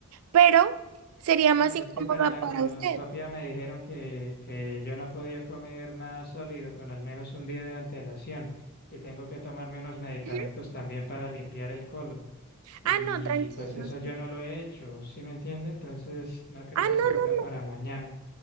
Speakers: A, on the right; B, on the left.
A: Pero sería
B: No,
A: más
B: pero
A: incómoda
B: es que para la colonoscopia
A: para usted.
B: me dijeron que, que yo no podía comer nada sólido con al menos un día de antelación y tengo que tomarme unos medicamentos
A: Ujú.
B: también para limpiar el colon. Y
A: Ah, no, tranquilo.
B: pues eso yo
A: sí.
B: no lo he hecho, ¿sí me entiende? Entonces no creo
A: Ah,
B: que se
A: no,
B: pueda
A: no,
B: para
A: no.
B: mañana.